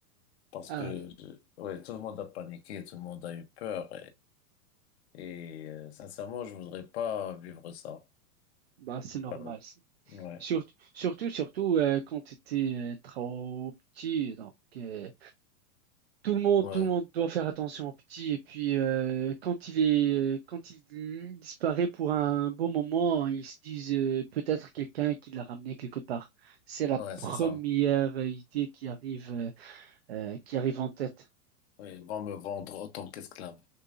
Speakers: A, on the left; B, on the right.
A: parce
B: ah,
A: que je- ouais, tout le monde a paniqué, tout le monde a eu peur. Et euh, sincèrement, je voudrais pas vivre ça.
B: bah, c'est normal.
A: Pardon.
B: ça.
A: Ouais,
B: Surtout, surtout, surtout euh, quand tu étais euh, trop petit. Donc, euh, tout le monde,
A: ouais,
B: tout le monde doit faire attention au petit. Et puis, euh, quand il est, euh, quand il disparaît pour un bon moment, ils se disent euh, peut-être quelqu'un qui l'a ramené quelque part. C'est la
A: ouais,
B: première
A: c'est ça.
B: idée qui arrive. euh, euh, qui arrive en tête.
A: Oui, ils vont me vendre autant qu'esclave.